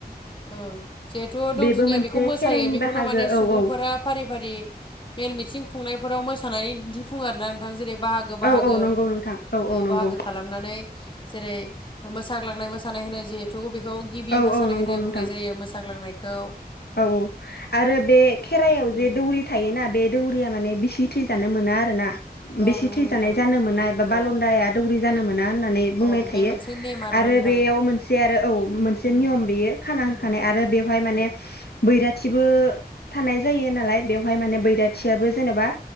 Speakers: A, on the left; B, on the left.
A: औ जिहेथु दौदिनिया
B: बेबो मोनसे
A: बेखौ मोसायो
B: खेराइनि
A: बेखौनो
B: बाहागो
A: माने सुबुंफोरा
B: औ औ
A: फारि फारि मेल मिथिं खुंनायफोराव मोसानानै दिन्थिफुं फु आरो नोंथां जेरै <unintelligible> बाहागो-बाहागो
B: औ औ नंगौ नोंथां
A: औ
B: नंगौ
A: बाहागो खालामनानै जेरै मोसाग्लांनाय मोसानाय होनो जिथु बेखौ गिबि
B: औ
A: मोसानाय
B: औ नंगौ
A: होनो
B: नोंथां
A: बुंनाय जायो मोसाग्लांनाय औ
B: औ औ आरो बे खेराइायाव
A: उम
B: जे दौरि थायोना बे दौरिया माने बिसि थैजानो मोना आरो ना
A: औ
B: बिसि
A: नंगौ
B: थैजानाय
A: नोंथां
B: जानो मोना एबा
A: औ
B: बालदाया दौरि जानो मोना होननानै बुंनाय
A: औ
B: थायो
A: बे मोनसे नेम आरोना
B: आरो
A: नोंथां
B: बेयाव मोनसे आरो औ मोनसे
A: उम
B: नियम बेयो खाना होखानाय
A: उम
B: आरो बेवहाय माने
A: औ
B: बैराथिबो थानाय जायो नालाय बेवहाय माने बैराथियाबो जेनेबा